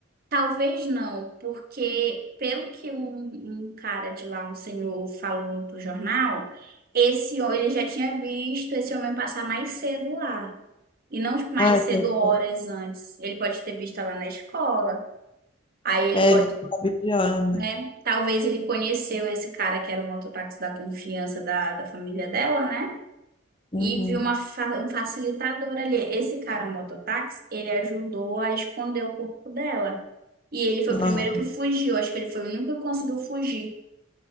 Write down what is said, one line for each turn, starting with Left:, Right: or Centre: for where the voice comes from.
Right: Talvez não, porque pelo que um, um cara de lá, um senhor, falou pro jornal, esse ho- ele já tinha visto esse homem passar mais cedo lá. E não tipo, mais
Left: Ai,
Right: cedo
Left: Deus do
Right: horas
Left: céu.
Right: antes. Ele pode ter visto lá na escola. Aí ele
Left: é,
Right: pode,
Left: ele fica vigiando,
Right: né?
Left: né?
Right: Talvez ele conheceu esse cara que era o mototáxi da confiança da, da família dela, né?
Left: Uhum.
Right: E viu uma fa- um facilitador ali. Esse cara, mototáxi, ele ajudou a esconder o corpo dela. E ele foi
Left: Nossa.
Right: o primeiro que fugiu. Acho que ele foi o único que conseguiu fugir.